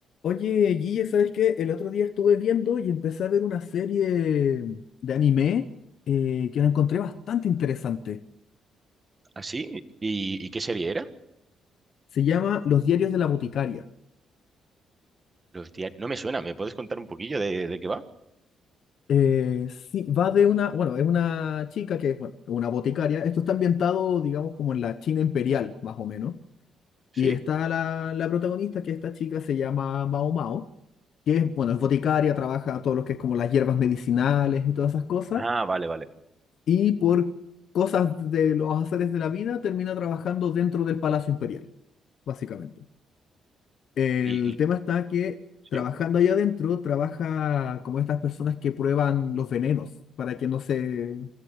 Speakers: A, on the left; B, on the right.
A: Oye, Guille, ¿sabes qué? El otro día estuve viendo y empecé a ver una serie de anime eh, que la encontré bastante interesante.
B: ¿Ah, sí? ¿Y, y qué serie era?
A: Se llama Los diarios de la boticaria.
B: Los diarios. No me suena, ¿me puedes contar un poquillo de, de qué va?
A: Eh, sí, va de una, bueno, es una chica que es bueno, es una boticaria. Esto está ambientado, digamos, como en la China imperial, más o menos.
B: ¿Sí?
A: Y está la, la protagonista, que esta chica se llama Mao Mao, que es, bueno, es boticaria, trabaja todo lo que es como las hierbas medicinales y todas esas cosas.
B: Ah, vale, vale.
A: y por cosas de los azares de la vida termina trabajando dentro del Palacio Imperial, básicamente. El
B: ¿Y, y-
A: tema está que trabajando
B: sí?
A: allá adentro, trabaja como estas personas que prueban los venenos para que no se,